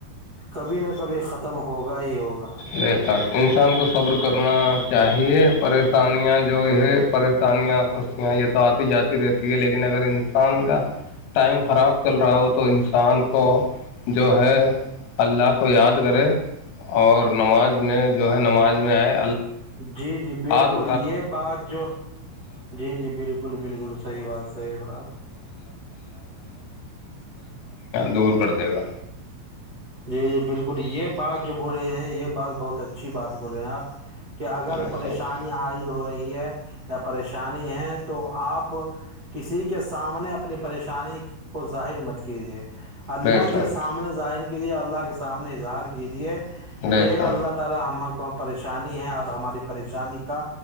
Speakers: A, on the right (about 80°); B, on the left (about 85°).
A: کبھی نہ کبھی ختم ہوگا ہی ہوگا
B: لے ساک انسان کو صبر کر کرنا چاہیے پریشانیاں جو ہے پریشانیاں خوشیاں یہ تو آتی جاتی رہتی ہے لیکن اگر انسان کا ٹائم خراب چل رہا ہو تو انسان کو جو ہے اللہ کو یاد کرے اور نماز میں جو ہے نماز میں آئے
A: جی بالکل
B: جی
A: یہ بات جو جی جی بالکل بالکل صحیح بات صحیح بات
B: دور کر دے گا
A: جی جی بالکل یہ بات جو بولے ہیں یہ بات بہت اچھی بات بول رہے ہیں آپ کہ اگر
B: بے
A: پریشانی
B: شک
A: عائد ہو رہی ہے یا پریشانی ہے تو آپ کسی کے سامنے اپنی پریشانی کو ظاہر مت کیجیے اللہ
B: بے شک
A: کے سامنے ظاہر کی لیے اللہ کے سامنے انٹیجر کیجئے
B: بے
A: کی
B: شک
A: الله تھلا ہمکو پریشانی ہے ہماری پریشانی کا